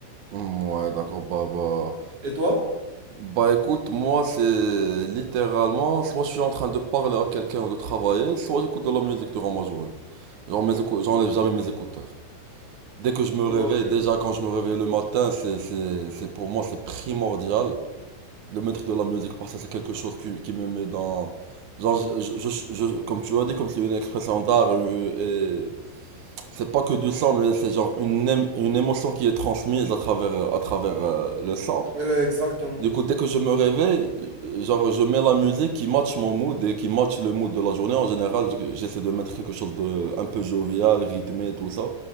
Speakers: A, on the right; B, on the right.
A: mm, ouais, d'accord, bah, bah,
B: Et toi?
A: bah, écoute, moi, c'est littéralement, soit je suis en train de parler à quelqu'un ou de travailler, soit j'écoute de la musique durant ma journée. Genre, mes écou- j'enlève jamais mes écouteurs. Dès que je me
B: Ok.
A: réveille,
B: Ouais,
A: déjà quand je me réveille le matin, c'est, c'est, c'est, pour moi, c'est primordial de mettre de la musique parce que c'est quelque chose qui, qui me met dans, genre, je, je- je- je- comme tu as dit, comme c'est une expression d'art euh, C'est pas que du sang, mais c'est genre une, ém- une émotion qui est transmise à travers, euh, à travers euh, le sang.
B: ouais, exactement.
A: Du coup, dès que je me réveille, euh, genre, je mets la musique qui match mon mood et qui match le mood de la journée. En général, je- j'essaie de mettre quelque chose de un peu jovial, rythmé, tout ça.